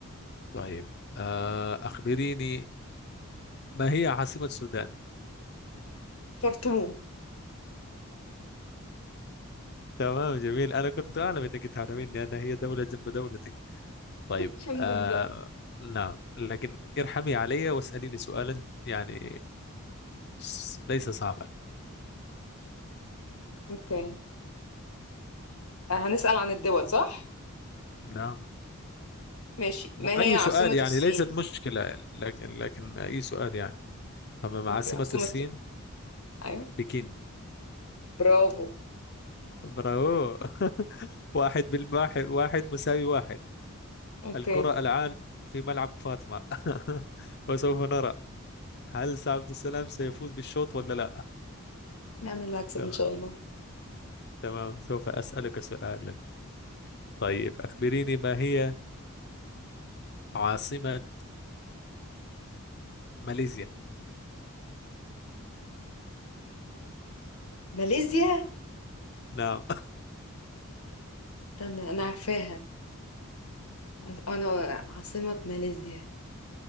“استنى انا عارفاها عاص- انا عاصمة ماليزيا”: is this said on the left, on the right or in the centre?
Left